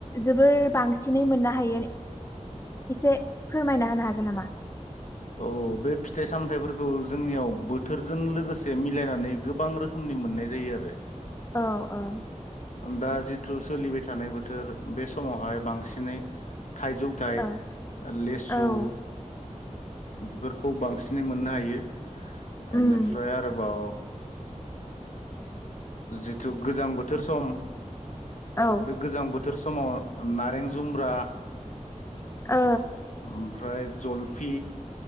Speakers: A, on the left; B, on the left.
A: जोबोर बांसिनै मोननो हायो? एसे फोरमायना होनो हागोन नामा?
B: औ बे फिथाइ-सामथायाइफोरखौ जोंनियाव बोथोरजों लोगोसे मिलायनानै गोबां रोखोमनि मोननाय जायो आरो
A: औ औ
B: दा जिथु सोलिबाय थानाय बो थोर बे समावहाय बांसिनै थाइजौथाइ,
A: औ
B: लेसु
A: औ ओ
B: बेफोरखौ बांसिन नै मोननो हायो।
A: उम
B: ओनोफ्राय आरोबाव जिथु गोजां बोथोर सम
A: औ ओ
B: बे गोजां बो थोर समाव नारें जुम्ब्रा,
A: ओ
B: ओमफ्राय जलफि,